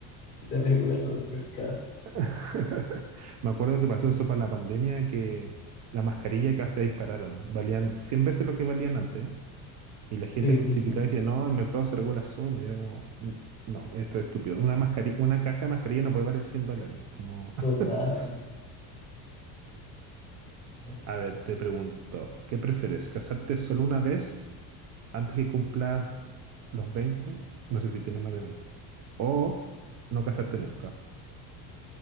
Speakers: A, on the left; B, on the right.
A: que Se regula sobre el mercado.
B: <laughs> Me acuerdo que pasó eso para la pandemia, que las mascarillas casi se dispararon. Valían 100 veces lo que valían antes. Y la gente
A: Sí,
B: justificaba
A: sí, sí.
B: y decía, no, el mercado se regula solo. Y era como, "N- no, esto es estúpido. Una mascarilla, una caja de mascarilla no puede valer cien dólares. Como,
A: Total.
B: <laughs>
A: Ok.
B: a ver, te pregunto, ¿qué prefieres? ¿Casarte solo una vez antes que cumplas los veinte No sé si tienes más de veinte ¿O no casarte nunca?